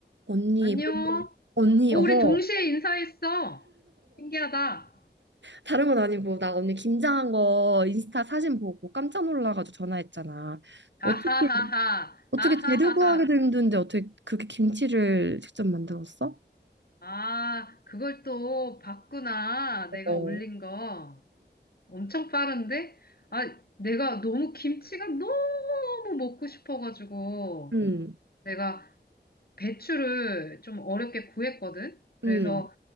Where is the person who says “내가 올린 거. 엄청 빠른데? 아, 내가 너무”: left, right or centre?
Left